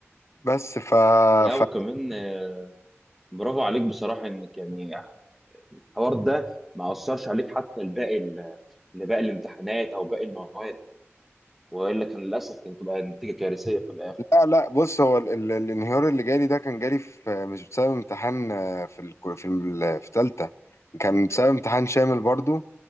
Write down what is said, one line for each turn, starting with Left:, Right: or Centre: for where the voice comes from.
Left: بس ف...
Centre: يا
Left: ف...
Centre: وكمان آه، برافو عليك بصراحه انك يعني الحوار ده ما اثرش عليك حتى لباقي ال- لباقي الامتحانات او باقي المواد والا كان للاسف كانت تبقى نتيجه كارثيه في الاخر
Left: لا لا بص هو ال... ال... الانهيار اللي جالي ده كان جالي في مش بسبب امتحان آه، في ال... في ال... في تالتة كان بسبب امتحان شامل برضو